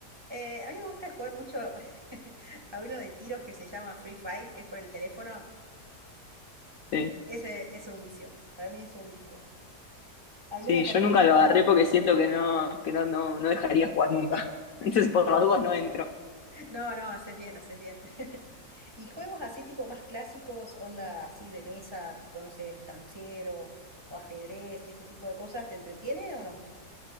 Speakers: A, on the right; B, on the left.
A: Eh, a mí me gusta jugar mucho <laughs> a uno de tiros que se llama Free Fire, que es por el teléfono.
B: Sí.
A: Ese es un vicio. Para mí es un vicio. ¿Alguna
B: Sí,
A: partidita?
B: yo nunca lo agarré porque
A: <laughs>
B: siento que no, que no, no, no dejaría jugar nunca. <laughs> Entonces, por las dudas no entro.
A: No, no, haces bien, haces bien. <laughs> ¿Y juegos así tipo más clásicos, onda así de mesa, tipo, no sé, el estanciero o ajedrez, y ese tipo de cosas, ¿te entretiene o no?